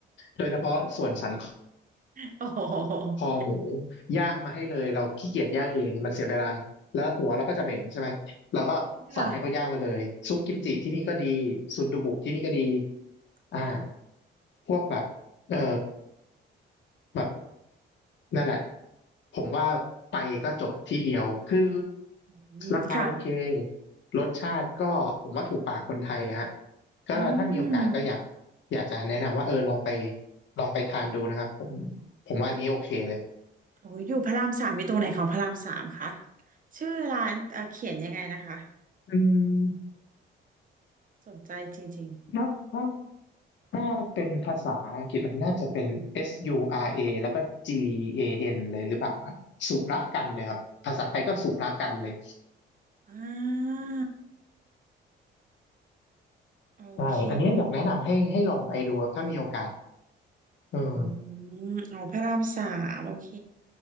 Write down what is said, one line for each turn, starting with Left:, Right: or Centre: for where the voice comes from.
Left: โดยเฉพาะส่วนสัน
Right: โอ้โห
Left: คอหมูย่างมาให้เลยเราขี้เกียจย่างเองมันเสียเวลา แล้วหัวเราก็จะเหม็นใช่ไหม เราก็สั่งให้เขาย่างมาเลยซุปกิมจิที่นี่ก็ดี
Right: จริงค่ะ
Left: ซุนดูบุที่นี่ก็ดี
Right: โอ้โห
Left: อ่าพวกแบบเออแบบ นั่นแหละผมว่าไปก็จบที่เดียวคือ
Right: อืมค่ะ
Left: ราคาโอเครสชาติก็ผมว่าถูกปากคนไทยฮะก็ถ้ามีโอกาสก็อยาก
Right: อืม
Left: อยากจะแนะนำว่าเออลองไปลองไปทานดูนะครับผมผมว่าอันนี้โอเคเลย
Right: โอ้ยอยู่พระรามสามอยู่ตรงไหนของพระรามสามคะชื่อร้านเอ่อเขียนยังไงนะคะ
Left: อืม
Right: สนใจจริง
Left: นับ่าถ้าเป็นภาษาอังกฤษมันน่าจะเป็น S U R A แล้วก็ G A N เลยหรือเปล่าฮะสุรกันเลยครับภาษาไทยก็สุรกันเลย
Right: ๆอ่าโอเค
Left: ใช่อันนี้อยากแนะนำให้ให้ลองไปดูครับถ้ามีโอกาสเออ
Right: อืมอ๋อพระรามสามโอเค